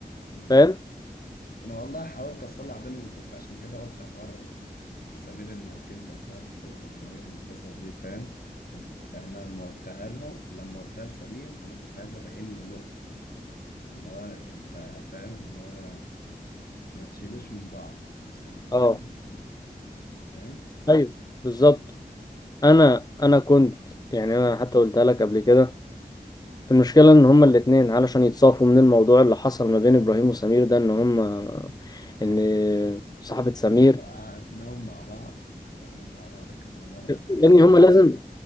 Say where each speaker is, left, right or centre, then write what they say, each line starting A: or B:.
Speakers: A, on the left (about 65°); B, on the left (about 25°).
A: بالظبط
B: فاهم
A: انا والله حاولت اصلح بينهم كنت عشان كده قلت حوار بسمير انك انت السبب في توبة ابراهيم والقصص دي فاهم قلت انا لما قلتها لهم لما قلتها لسمير انا كنت عايز ابين له نقطة اللي هو انت فاهم اللي هو ما تشيلوش من بعض عشان كل
B: اه
A: واحد يعني فاهم
B: ايوه بالظبط انا انا كنت يعني انا حتى قلتها لك قبل كده المشكله ان هما الاتنين علشان يتصافوا من الموضوع اللي حصل ما بين ابراهيم وسمير ده ان هما ان صاحبه سمير
A: قعدناهم مع بعض قعدناهم مع بعض كذا مرة
B: يعني هما لازم